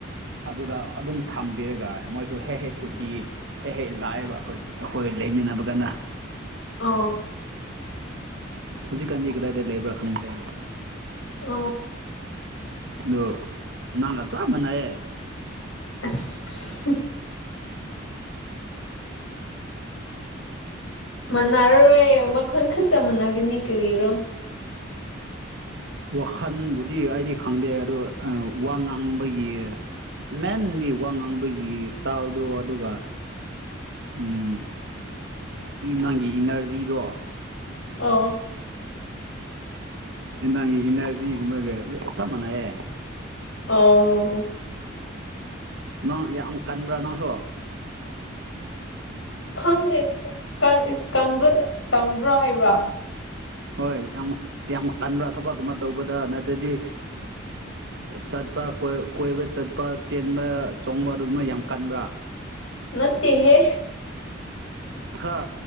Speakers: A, on the right (about 65°); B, on the left (about 85°).
A: ꯑꯗꯨꯗ ꯑꯗꯨꯝ ꯊꯝꯕꯤꯔꯒ ꯃꯣꯏꯁꯨ ꯍꯦꯛ ꯍꯦꯛ ꯁꯨꯇꯤ ꯍꯦꯛ ꯍꯦꯛ ꯂꯥꯛꯕ ꯑꯩꯈꯣꯏ ꯑꯩꯈꯣꯏ ꯂꯩꯃꯤꯟꯅꯕꯒꯅ
B: ꯑ
A: ꯍꯧꯖꯤꯛꯀꯥꯟꯗꯤ ꯀꯗꯥꯏꯗ ꯂꯩꯕ꯭ꯔꯥ ꯈꯪꯗ꯭ꯔꯦ
B: ꯑ
A: ꯑꯗꯣ ꯅꯪꯒ ꯆꯥꯕꯅꯌꯦ
B: ꯑꯁ ꯃꯅꯔꯔꯣꯏ ꯃꯈꯜ ꯈꯛꯇ ꯃꯥꯟꯅꯒꯅꯤ ꯀꯔꯤꯔꯣ
A: ꯋꯥꯈꯜꯕꯨꯗꯤ ꯑꯩꯗꯤ ꯈꯪꯗꯦ ꯑꯗꯣ ꯋꯥ ꯉꯥꯡꯕꯒꯤ ꯃꯦꯟꯂꯤ ꯋꯥ ꯉꯥꯡꯕꯒꯤ ꯏꯁꯇꯥꯏꯜꯗꯣ ꯑꯗꯨꯒ ꯎꯝ ꯅꯪꯒꯤ ꯏꯅꯔꯖꯤꯗꯣ
B: ꯑ
A: ꯑꯦꯟꯗꯥꯪꯒꯤ ꯏꯅꯔꯖꯤꯒꯨꯝꯕꯒ ꯆꯞ ꯃꯥꯟꯅꯩꯌꯦ
B: ꯑꯥꯎ
A: ꯅꯪ ꯌꯥꯝ ꯀꯟꯕ꯭ꯔꯥ ꯅꯪꯁꯨ
B: ꯈꯪꯗꯦꯕ ꯀꯪꯕ꯭ꯔꯥ ꯍꯥꯏꯕ꯭ꯔꯥ
A: ꯍꯣꯏ ꯌꯥꯝ ꯌꯥꯝ ꯀꯟꯕ꯭ꯔꯥ ꯊꯕꯛ ꯑꯃ ꯇꯧꯕꯗ ꯅꯠꯇ꯭ꯔꯗꯤ ꯆꯠꯄ ꯀꯣꯏꯕ ꯆꯠꯄ ꯆꯦꯟꯕ ꯆꯣꯡꯕ ꯑꯗꯨꯒꯨꯝꯕ ꯌꯥꯝ ꯀꯟꯕ꯭ꯔꯥ
B: ꯅꯠꯇꯦꯍꯦ
A: ꯍꯥ